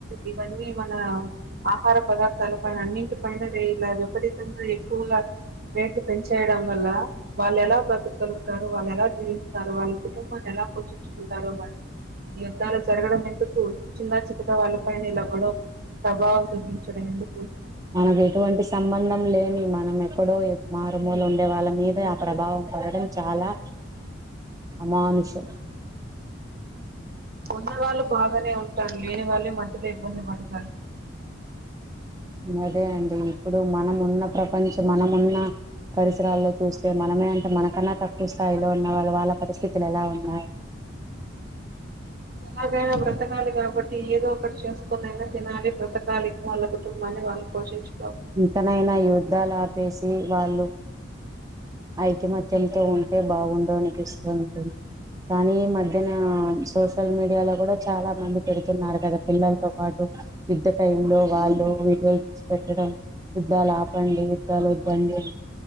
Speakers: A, on the right; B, on the right.
A: ఇవన్నీ మన ఆహార పదార్థాల పైన అన్నింటి పైన ఎప్పటి తంగా ఎక్కువగా రేట్లు పెంచేయడం వల్ల వాళ్ళు ఎలా బ్రతకగలుగుతారు వాళ్ళు ఎలా జీవిస్తారు వాళ్ళ కుటుంబాన్ని ఎలా పోచించుకుంటారో మరి ఈ యుద్ధాలు జరగడం ఎందుకు చిన్న చిక్కట వాళ్ళ పైనలవ్వడం ప్రభావం చూించడంంది
B: మనకు ఎటువంటి సంబంధం లేని మనం ఎక్కడో ఎ మారుమూల ఉండే వాళ్ళ మీద ఆ ప్రభావం పడడం చాలా అమానుషం
A: ఉన్న వాళ్ళు బాగానే ఉంటాారు లేని వాళ్ళే మధ్యలో ఇబ్బంది పడతారు
B: అదే అండి ఇప్పుడు మనం ఉన్న ప్రపంచం మనము ఉన్న పరిసరాల్లో చూస్తే మనమే అంటే మనకన్నా తక్కువ స్థాయిలో ఉన్న వాళ్ళు వాళ్ళ పరిస్థితులు ఎలా ఉన్నాయి
A: ఎలాగైనా బ్రతకాలి కాబట్టి ఏదో ఒకటి చేసుకునైనా తినాలి బ్రతకాలి వాళ్ళ కుటుంబాన్ని వాళ్ళు పోషించ్
B: ఇంకనైనా ఈ యుద్ధాలు ఆపేసి వాళ్ళు ఐకమత్యంతో ఉంటే బాగుండు అనిపిస్తుంది కానీ ఈ మధ్యనా సోషల్ మీడియాలో కూడా చాలా మంది పెడుతున్నారు కదా పిల్లలతో పాటు యుద్ధ టై లో వాళ్ళు వీడియోస్ పెట్టడం యుద్ధాలు ఆపండి యుద్ధాలు వొద్దండి